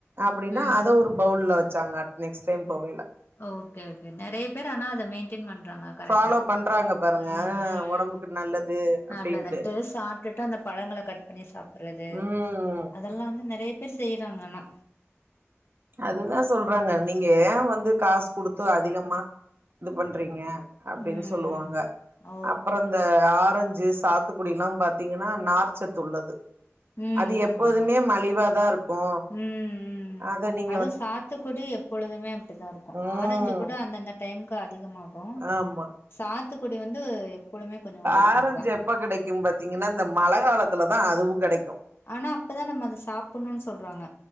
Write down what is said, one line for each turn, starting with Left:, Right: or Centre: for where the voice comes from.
Right: அப்டின்னா
Left: ம்
Right: அத ஒரு பவுல்ல வெச்சாங்க அடுத் நெக்ஸ்ட் டைம் போவைல
Left: ஓகே ஓகே நெறைய பேர் ஆனா அத மெயின்டெயின் பண்றாங்க கரெட்டா
Right: ஃபாலோ பண்றாங்க பாருங்க
Left: உம்
Right: ஒடம்புக்கு நல்லது அப்டின்ட்டு
Left: நல்லதுன்ட்டு சாப்டுட்டு அந்த பழங்கள கட் பண்ணி சாப்புறது
Right: ம்
Left: அதெல்லா வந்து நெறய பேர் செய்றாங்க ஆனா
Right: அதுதா சொல்றாங்க
Left: ம்
Right: நீங்க
Left: ம்
Right: ஏ வந்து காசு குடுத்து அதிகமா இது பண்றீங்க அப்டினு
Left: ம்
Right: சொல்லுவாங்க
Left: ஓ
Right: அப்றோ இந்த ஆரஞ்சு சாத்துக்குடிலா பாத்தீங்கனா நார்ச்சத்து உள்ளது
Left: ம்
Right: அது எப்போதுமே
Left: ஆமா ஆமா
Right: மலிவாதாருக்கு
Left: ம் ம்
Right: அத நீங்
Left: அது சாத்துக்குடி எப்பொழுதுமே அப்டிதாருக்கு
Right: ம்
Left: ஆரஞ்சு கூட அந்தந்த டைமுக்கு அதிகமாகு
Right: ஆம்மா
Left: சாத்துக்குடி வந்து எப்பொழுமே கொஞ்சோ ஒரே
Right: ஆரஞ்சு
Left: மாரிதா
Right: எப்ப கெடைக்கு பாத்தீங்கனா இந்த மழ காலத்துலதா அதுவு கெடைக்கு
Left: ஆனா அப்பதா நம்ம அத சாப்புணுனு சொல்றாங்க